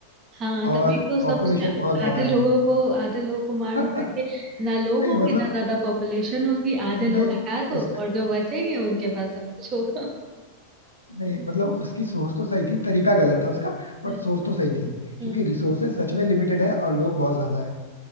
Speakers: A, on the right; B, on the left.
A: हाँ तभी
B: और
A: तो सब
B: पॉपुलेशन
A: उसने
B: बहुत ज्यादा
A: आधे लोगों
B: है
A: को आधे लोगों को मार
B: <laughs>
A: मार के ना लोग
B: नहीं
A: होंगे
B: मतलब
A: ना ज्यादा पॉपुलेशन होगी आधे
B: नहीं
A: लोग हटा दो
B: उसका
A: और जो बचेंगे उनके पास सब कुछ होगा
B: नहीं मतलब उसकी सोच तो सही थी तरीका गलत था उसका बट
A: हम्म,
B: सोच तो सही थी
A: हम्म।
B: क्योंकि रिसोर्सेज सच में लिमिटेड है और लोग बहुत ज्यादा है